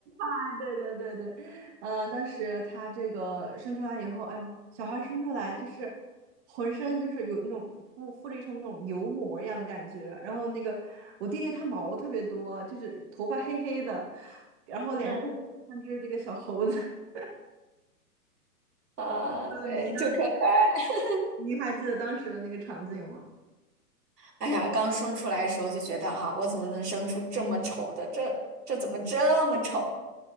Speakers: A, on the right (about 45°); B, on the right (about 85°).
A: <laughs> 对对对对，呃，当时他这个生出来以后，哎呦，小孩生出来就是浑身就是有那种附附着一层那种油膜一样的感觉，然后那个我弟弟他毛特别多，就是头发黑黑的，然后脸
B: 嗯
A: 像只这个小猴子。<laughs>
B: 啊，
A: 呃，
B: 对，
A: 您当时
B: 就可可爱。<laughs>
A: 您还记得当时的那个场景吗？
B: 哎呀，刚生出来的时候就觉得啊，我怎么能生出这么丑的？这这怎么这么丑？